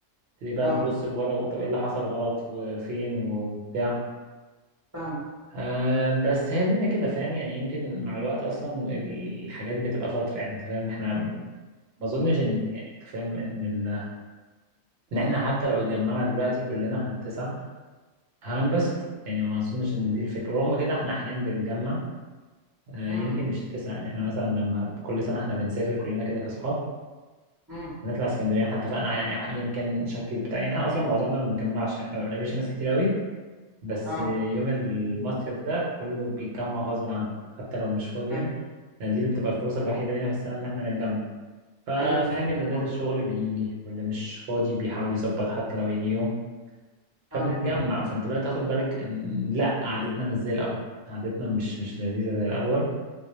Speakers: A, on the right; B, on the right.
A: تبتدي بقى
B: اه
A: تبص لورا وطب ايه اللي حصل غلط وفين وبتاع
B: فاهمك
A: آه بس هي الدنيا كده فاهم يعني يمكن مع الوقت اصلا الحاجات بتبقى فتره يعني انت فاهم احنا ما اظنش ان يعني انت فاهم ان ال... ان احنا حتى لو اتجمعنا دلوقتي كلنا احنا التسعه هننبسط يعني ما اظنش ان دي الفكره ورغم كده احنا احيانا بنتجمع آه
B: امم
A: يمكن مش التسعه يعني احنا مثلا لما كل سنه احنا بنسافر كلنا كده كاصحاب
B: امم
A: بنطلع اسكندريه احنا اتفقنا يعني ايا كان شكل بتاع يعني احنا اصلا معظمنا ما بنتجمعش يعني احنا ما بنقابلش ناس كتير قوي بس
B: اه
A: يوم المصيف ده كله بيتجمع غصب عنه حتى لو مش فاضي
B: حلو
A: يعني لأن دي اللي بتبقى الفرصة الوحيدة لينا في السنة إن إحنا نتجمع ففاهم
B: حلوه دي فكره
A: اللي نازل شغل بيجي واللي مش فاضي بيحاول يظبط حتى لو يجي يوم فبنتجمع
B: اه
A: فأنت بقى تاخد بالك إن لأ قعدتنا مش زي الأول قعدتنا مش مش لذيذة زي الأول